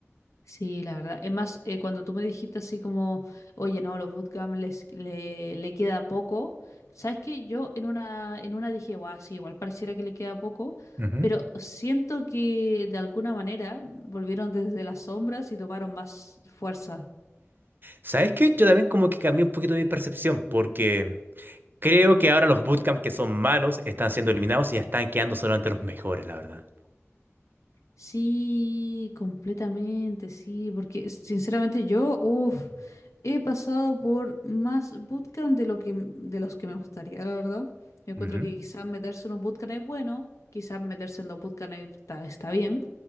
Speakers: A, on the left; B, on the right.
A: Sí, la verdad. Es más, eh, cuando tú me dijiste así como, oye, no, los bootcamp les, le, le queda poco, ¿sabes qué? Yo en una, en una dije, guau, sí, igual pareciera que le queda poco,
B: Ujú.
A: pero siento que de alguna manera volvieron desde las sombras y tomaron más fuerza.
B: ¿Sabes qué? Yo también como que cambié un poquito mi percepción porque creo que ahora los bootcamps que son malos están siendo eliminados y ya están quedando solamente los mejores, la verdad.
A: Sí, completamente, sí, porque sinceramente yo, uff, he pasado por más bootcamp de lo que m- de los que me gustaría, la verdad. Yo encuentro
B: Ujú,
A: que quizás meterse en un bootcamp es bueno, quizás meterse en dos bootcamps está, está bien,